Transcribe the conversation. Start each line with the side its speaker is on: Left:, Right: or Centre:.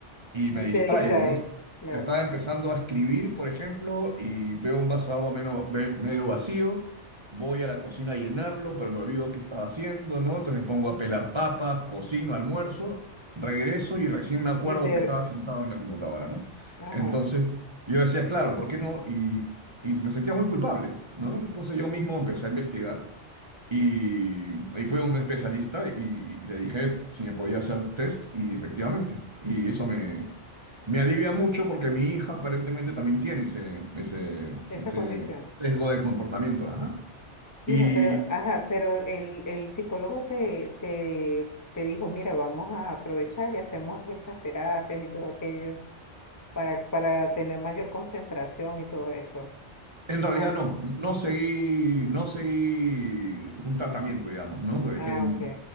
Right: y me
Left: y
Right: distraigo,
Left: te distraes.
Right: ¿no?
Left: Claro.
Right: Estaba empezando a escribir, por ejemplo, y veo un vaso de agua meno- ve- medio vacío. Voy a la cocina a llenarlo, pero me olvido qué estaba haciendo, ¿no? Entonces me pongo a pelar papas, cocino, almuerzo, regreso y recién me acuerdo
Left: Y te,
Right: que estaba sentado en la computadora, ¿no?
Left: ajá,
Right: Entonces yo decía, claro, ¿por qué no? Y, y me sentía muy culpable, ¿no? Entonces yo mismo empecé a investigar y ahí fue un especialista y, y le dije si me podía hacer test y efectivamente. Y eso me, me alivia mucho porque mi hija aparentemente también tiene ese, ese,
Left: esa
Right: ese
Left: condición.
Right: sesgo de comportamiento. Ajá.
Left: Mira,
Right: Y
Left: pero, ajá, pero el, el psicólogo te, te, te dijo, mira, vamos a aprovechar y hacemos estas terapias y todo aquello para, para tener mayor concentración y todo eso.
Right: en realidad
Left: Oh,
Right: no, no seguí, no seguí un tratamiento, digamos, ¿no? En-
Left: ah, ok,